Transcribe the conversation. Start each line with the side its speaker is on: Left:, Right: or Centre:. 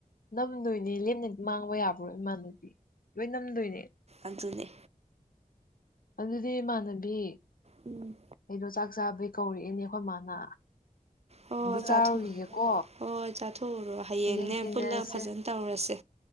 Left: ꯅꯝꯗꯣꯏꯅꯦ ꯂꯦꯝꯅꯗꯤ ꯃꯥꯡꯕ ꯌꯥꯕ꯭ꯔꯣ ꯏꯃꯥꯟꯅꯕꯤ ꯂꯣꯏ ꯅꯝꯗꯣꯏꯅꯦ
Right: ꯑꯗꯨꯅꯦ
Left: ꯑꯗꯨꯗꯤ ꯏꯃꯥꯟꯅꯕꯤ
Right: ꯎꯝ
Left: ꯑꯩꯗꯣ ꯆꯥꯛ ꯆꯥꯕꯩ ꯀꯧꯔꯛꯑꯦꯅꯦ ꯑꯈꯣꯏ ꯃꯥꯅ
Right: ꯍꯣꯏ ꯍꯣꯏ
Left: ꯑꯝꯇ
Right: ꯆꯥꯊꯣꯛ
Left: ꯆꯥꯔꯨꯈꯤꯒꯦꯀꯣ
Right: ꯍꯣꯏ ꯍꯣꯏ ꯆꯥꯊꯣꯛꯎꯔꯣ ꯍꯌꯦꯡꯅꯦ
Left: ꯍꯌꯦꯡ ꯊꯦꯡꯅꯔꯁꯦ
Right: ꯄꯨꯜꯂꯒ ꯐꯖꯅ ꯇꯧꯔꯁꯦ